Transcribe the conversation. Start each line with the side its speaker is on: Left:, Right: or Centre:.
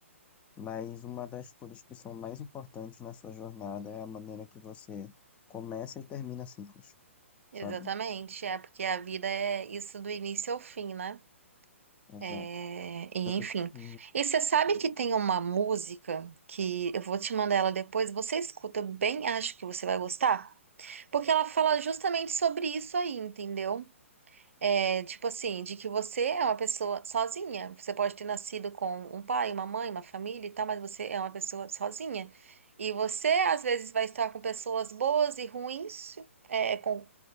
Left: Mas uma das coisas que são mais importantes na sua jornada é a maneira que você começa e termina ciclos,
Right: exatamente,
Left: sabe?
Right: é porque a vida é isso do início ao fim, né?
Left: Exato.
Right: É, e
Left: Tanto
Right: enfim.
Left: que,
Right: E você sabe que tem uma música que eu vou te mandar ela depois, você escuta, eu bem acho que você vai gostar, porque ela fala justamente sobre isso aí, entendeu? É, tipo assim, de que você é uma pessoa sozinha. Você pode ter nascido com um pai, uma mãe, uma família e tal, mas você é uma pessoa sozinha. E você, às vezes, vai estar com pessoas boas e ruins, é, com,